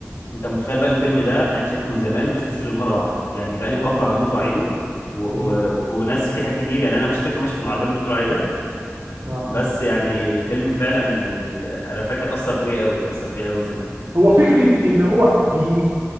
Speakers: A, on the left; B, on the right.
A: انت متخيل بقى الفيلم ده مع اني شايفه من زمان ما شفتوش غير مره واحده يعني بقى لي
B: اه
A: فتره هموت واعيده و... و...
B: ايوه
A: وناسي فيه حاجات كتير يعني انا مش فاكر مشهد العربيه اللي انت بتقول عليه ده
B: اه
A: بس يعني الفيلم فعلا يعني انا فاكر اثر فيا قوي اثر فيا قوي زمان
B: هو فكره اللي هو بي